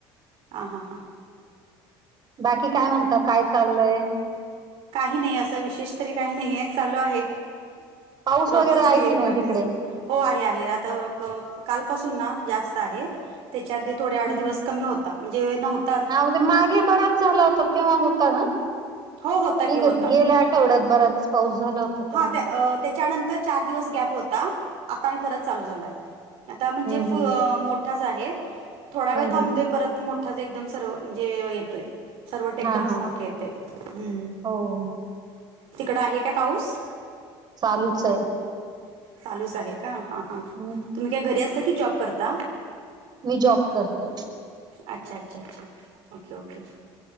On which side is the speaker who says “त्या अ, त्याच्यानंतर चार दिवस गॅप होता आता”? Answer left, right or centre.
Right